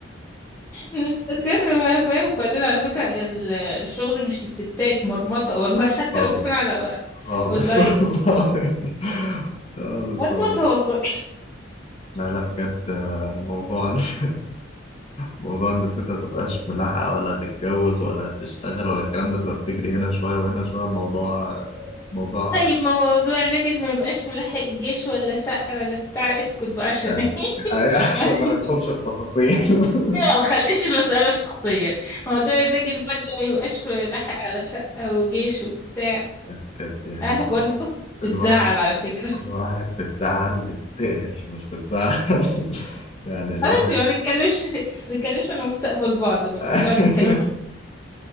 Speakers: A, on the left; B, on the left.
A: مستقر بقى فاهم وبعدين على فكرة ال- الشغل مش للستات مرمطة والله <laughs> حتى
B: خالص
A: لو كان على
B: خالص
A: اونلاين
B: <laughs> والله خالص
A: مرمطة
B: والله
A: والله
B: لا لا بجد آه، موضوع <laughs> موضوع إن الست متبقاش ملاحقة ولا تتجوز ولا تشتغل ولا الكلام ده تبقى بتجري هنا شوية وهنا شوية موضوع آه، موضوع
A: طيب موضوع الراجل ما يبقاش ملاحق الجيش ولا شقة ولا بتاع اسكت بقى عشان
B: ف-
A: ايه
B: أي- <laughs> عشان
A: <laughs>
B: ما ندخلش في تفاصيل <laughs>
A: ما خليش المسألة شخصية موضوع الراجل برضه ما يبقاش ملاحق على شقة وجيش وبتاع
B: بجد يعني
A: اه
B: الواحد
A: برضه
B: الواحد
A: بتزعل على فكرة <laughs>
B: الواحد بتزعل دي بتقهر مش بتزعل <laughs> يعني الواحد
A: خلاص يبقى ما نتكلمش ما نتكلمش على مستقبل بعض بقى
B: <laughs>
A: كل واحد يتكلم